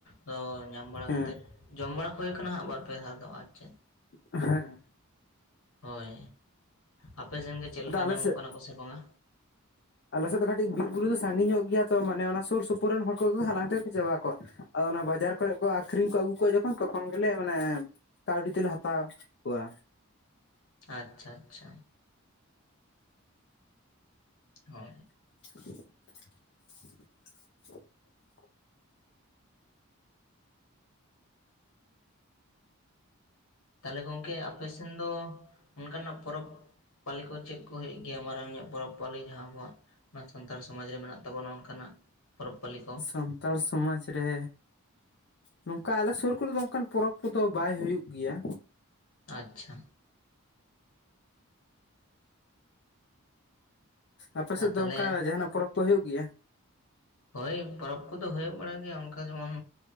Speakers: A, on the left; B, on the left.
A: ᱫᱚ ᱧᱟᱢ ᱵᱟᱲᱟ
B: ᱦᱮᱸ
A: ᱠᱟᱛᱮᱫ ᱡᱚᱢ ᱵᱟᱲᱟ ᱦᱳᱭ ᱠᱟᱱᱟ ᱦᱟᱸᱜ ᱵᱟᱨ ᱯᱮ ᱫᱷᱟᱣ ᱫᱚ ᱟᱨ ᱪᱮᱫ
B: ᱦᱮᱸ
A: ᱦᱳᱭ ᱟᱯᱮ ᱥᱮᱱ ᱜᱮ ᱪᱮᱫ ᱞᱮᱠᱟ
B: ᱟᱫᱚ ᱟᱞᱮ
A: ᱧᱟᱢᱚᱜ
B: ᱥᱮᱫ
A: ᱠᱟᱱᱟ ᱠᱚᱥᱮ ᱵᱟᱝᱼᱟ
B: ᱟᱞᱮ ᱥᱮᱫ ᱫᱚ ᱠᱟᱹᱴᱤᱡ ᱵᱤᱨᱵᱩᱨᱩ ᱫᱚ ᱥᱟᱺᱜᱤᱧᱚᱜ ᱜᱮᱭᱟ ᱛᱚ ᱢᱟᱱᱮ ᱚᱱᱟ ᱥᱩᱨ ᱥᱩᱯᱩᱨ ᱨᱮᱱ ᱦᱚᱲ ᱠᱚᱜᱮ ᱠᱚ ᱦᱟᱞᱟᱝ ᱛᱮᱜᱮ ᱠᱚ ᱪᱟᱵᱟ ᱠᱚᱣᱟ ᱟᱫᱚ ᱚᱱᱟ ᱵᱟᱡᱟᱨ ᱠᱚᱨᱮᱜ ᱠᱚ ᱟᱠᱷᱨᱤᱧ ᱠᱚ ᱟᱹᱜᱩ ᱠᱚᱣᱟ ᱡᱚᱠᱷᱚᱱ ᱛᱚᱠᱷᱚᱱ ᱜᱮᱞᱮ ᱢᱟᱱᱮ ᱠᱟᱹᱣᱰᱤ ᱛᱮᱞᱮ ᱦᱟᱛᱟᱣ ᱠᱚᱣᱟ
A: ᱟᱪᱪᱷᱟ ᱟᱪᱪᱷᱟ ᱦᱚ
B: <unintelligible>
A: ᱛᱟᱦᱚᱞᱮ ᱜᱚᱝᱠᱮ ᱟᱯᱮ ᱥᱮᱱ ᱫᱚ ᱚᱱᱠᱟᱱᱟᱜ ᱯᱚᱨᱚᱵᱽ ᱯᱟᱹᱞᱤ ᱠᱚ ᱪᱮᱫ ᱠᱚ ᱦᱳᱭᱳᱜ ᱜᱮᱭᱟ ᱢᱟᱨᱟᱝ ᱯᱚᱨᱚᱵᱽ ᱯᱟᱹᱞᱤ ᱡᱟᱦᱟᱸ ᱟᱵᱚᱣᱟᱜ ᱱᱚᱣᱟ ᱥᱟᱱᱛᱟᱲ ᱥᱚᱢᱟᱡᱽ ᱨᱮ ᱢᱮᱱᱟᱜ ᱛᱟᱵᱚᱱᱟ ᱚᱱᱠᱟᱱᱟᱜ ᱯᱚᱨᱚᱵᱽ ᱯᱟᱹᱞᱤ ᱠᱚ
B: ᱥᱟᱱᱛᱟᱲ ᱥᱚᱢᱟᱡᱽ ᱨᱮ ᱱᱚᱝᱠᱟ ᱟᱞᱮ ᱥᱳᱨ ᱠᱚᱨᱮ ᱫᱚ ᱚᱱᱠᱟᱱ ᱯᱚᱨᱚᱵᱽ ᱠᱚᱫᱚ ᱵᱟᱭ ᱦᱩᱭᱩᱜ ᱜᱮᱭᱟ
A: ᱟᱪᱪᱷᱟ
B: ᱟᱯᱮ ᱥᱮᱫ
A: ᱟᱨ
B: ᱫᱚ
A: ᱛᱟᱦᱚᱞᱮ
B: ᱚᱱᱠᱟ ᱡᱟᱦᱟᱱᱟᱜ ᱯᱚᱨᱚᱵᱽ ᱠᱚ ᱦᱳᱭᱳᱜ ᱜᱮᱭᱟ
A: ᱦᱳᱭ ᱯᱚᱨᱚᱵᱽ ᱠᱚᱫᱚ ᱦᱳᱭᱳᱜ ᱵᱟᱲᱟ ᱜᱮᱭᱟ ᱚᱱᱠᱟ ᱡᱮᱢᱚᱱ